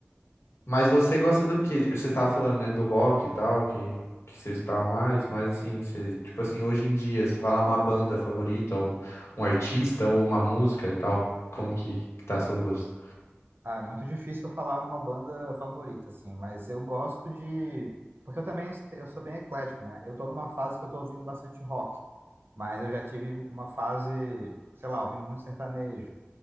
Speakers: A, on the left (about 85°); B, on the right (about 60°).
A: Mas você gosta do quê? Você tava falando, né, do rock e tal, que, que você escutava mais, mas assim, você, tipo assim, hoje em dia, se falar uma banda favorita, ou um artista, ou uma música e tal, como que, que tá seu gosto?
B: Ah, é muito difícil eu falar uma banda favorita, assim, mas eu gosto de. Porque eu também est- eu sou bem eclético, né? Eu tô numa fase que eu tô ouvindo bastante rock, mas eu já tive uma fase, sei lá, ouvindo muito sertanejo.